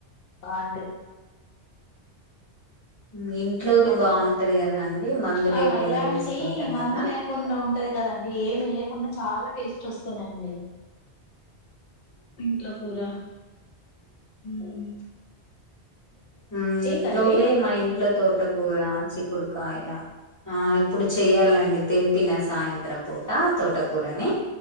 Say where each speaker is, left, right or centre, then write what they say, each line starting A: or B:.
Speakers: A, on the left; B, on the left.
A: ఆంటీ
B: మీ ఇంట్లోది
A: తోట
B: బావుంటది కదా అండి. మందు
A: ఆ
B: లేకుండా
A: ఇలాంటి
B: చేసుకుంటాం
A: మందు
B: కదా
A: లేకుండా ఉంటది కదండి. ఏమి మొన్న చాలా టేస్ట్ వస్తుందండి. ఇంట్లో కూరా ఉమ్
B: ఉమ్ ఇంట్లోవే
A: కర్రీ
B: మా ఇంట్లో తోటకూర, చిక్కుడుకాయ ఆ ఇప్పుడు చెయ్యాలండి తెంపిన సాయంత్రం పూట తోటకూరని.